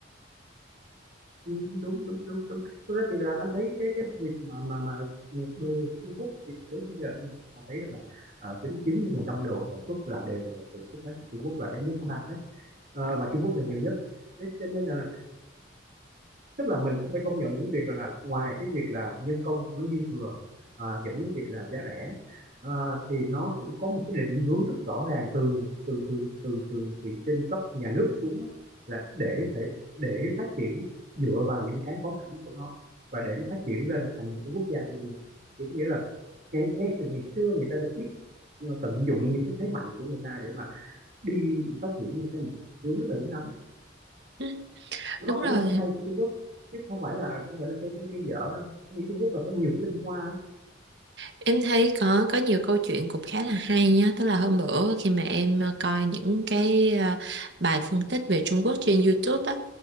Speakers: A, on the right; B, on the right.
A: ừm, đúng đúng đúng đúng. Thực ra thì là anh thấy cái cái việc mà mà mà việc đồ của Trung Quốc thì đến bây giờ mình thấy được là à, đến 90% đồ sản xuất là đều là từ xuất phát từ Trung Quốc và cái nước thứ ba hết. Ờ, mà Trung Quốc là nhiều nhất. Thế cho nên là, là tức là mình cũng phải công nhận cái việc là ngoài cái việc là nhân công của nó dư thừa à, dẫn cái việc là giá rẻ à, thì nó cũng có một cái định hướng rất rõ ràng từ từ từ từ từ từ trên cấp nhà nước xuống á, là để thể để phát triển dựa vào những cái có sẵn của nó và để nó phát triển lên thành một cái quốc gia như bây giờ thì có nghĩa là ngay ngay từ ngày xưa người ta đã biết ờ, tận dụng những cái thế mạnh của người ta để mà đi phát triển một cái hướng rất là đúng đắn
B: Ừ,
A: nó
B: đúng
A: cũng
B: rồi
A: là cái hay của Trung Quốc chứ không phải là không phải là cái cái cái dở đâu Tôi nghĩ Trung Quốc là có nhiều cái tinh hoa lắm
B: Em thấy có có nhiều câu chuyện cũng khá là hay nhá, tức là hôm bữa khi mà em ờ, coi những cái ờ, bài phân tích về Trung Quốc trên YouTube á